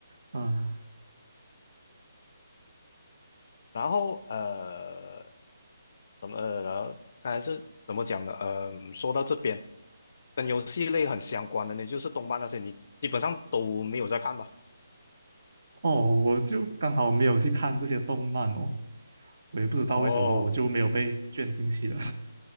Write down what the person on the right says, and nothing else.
啊。
哦，我就刚好没有去看这些动漫哦，我也不知道为什么我就没有被卷进去了。